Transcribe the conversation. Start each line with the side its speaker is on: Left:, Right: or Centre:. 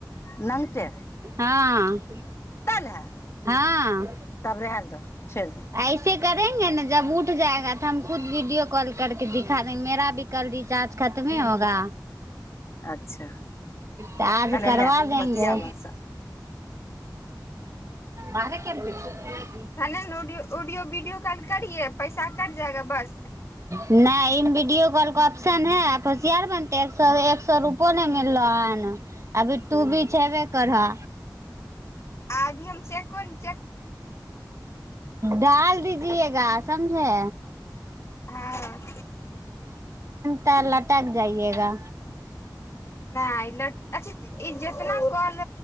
Left: नही ते
Right: हँ
Left: है
Right: हँ
Left: तब रहल दो छोड़ि दो
Right: ऐसे करेंगे ने जब उठ जाएग तऽ हम खुद वीडियो कॉल करके दिखा देेंगे मेरा भी कल रिचार्ज खतमे ह होगा
Left: अच्छा
Right: त आज
Left: अरे
Right: करबा
Left: ले
Right: देेंगे
Left: बतिया बस
Right: बार केन ब छै
Left: धने ऑड ऑडियो वीडियो कॉल करे पैसा कट जाएगा बस
Right: नहि ईमे वीडियो कॉलके ऑप्शन है होसियार बनतै स एक सए रुपो नहि मिललो हन अभी तू भी छेबे करहऽ
Left: आभी हम से कोन
Right: दाल जियएगा समझे
Left: हँ
Right: त लटक जाइएगा
Left: नहि अ ल अच्छा ई जितना कॉल